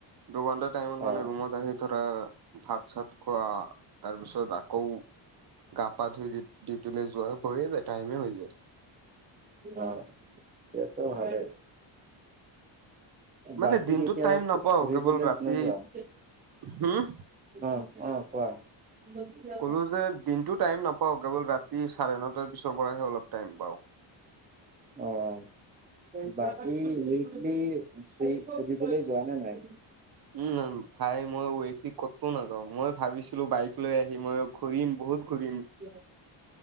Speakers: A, on the right; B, on the right.
A: দুঘন্টা টাইমত
B: অ
A: মানে ৰুমত আহি ধৰা, ভাত-চাত খোৱা তাৰপিছত আকৌ গা পা ধুই ডিউটি-ডিউটিলৈ যোৱা হৈয়ে যায় টাইমে হৈ যায়।
B: অহ, তেতিয়াটো ভালেই।
A: মানে
B: বাকী
A: দিনটোত
B: কেতিয়া
A: টাইম
B: ফু-ফুৰিবলৈ
A: নাপাওঁ কেৱল ৰাতি
B: নোযোৱা? অহ',
A: হম
B: অহ' কোৱা? <unintelligible>
A: ক'লো যে দিনটো টাইম নাপাওঁ। কেৱল ৰাতি চাৰে নটাৰ পিছৰ পৰাহে অলপ টাইম পাওঁ।
B: অ' বাকী যিখিনি সুধিবলৈ যোৱা নে নাই।
A: উম, ভাই মই ৱখি ক'তো নাযাওঁ। মই ভাবিছিলোঁ বাইক লৈ আহি মইয়ো। ঘূৰিম বহুত ঘূৰিম।
B: <unintelligible>